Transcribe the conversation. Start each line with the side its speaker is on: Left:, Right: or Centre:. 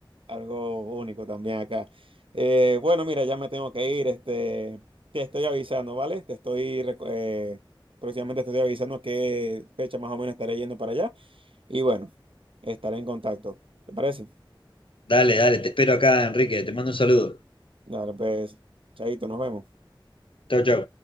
Right: algo único también acá. Eh, bueno, mira, ya me tengo que ir. Este, te estoy avisando, ¿vale? Te estoy, reco- eh, próximamente te estoy avisando qué fecha más o menos estaré yendo para allá. Y bueno, estaré en contacto. ¿Te parece?
Left: Dale, dale, te espero acá, Enrique. Te mando un saludo.
Right: Dale, pues, chaito, nos vemos.
Left: Chau, chau.